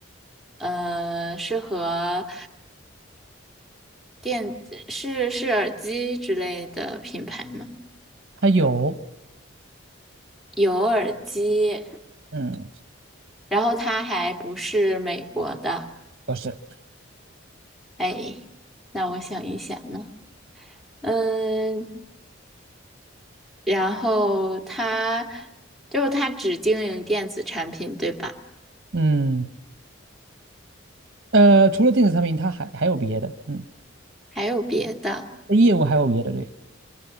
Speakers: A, in the centre; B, on the right.
A: 呃，是和电子是是耳机之类的品牌吗？
B: 它有，
A: 有耳机，
B: 嗯，
A: 然后它还不是美国的。
B: 不是，
A: 哎，那我想一想呢，嗯，然后它就它只经营电子产品，对吧？
B: 嗯。呃，除了电子产品，它还还有别的，嗯，
A: 还有别的。
B: 业务还有别的，对，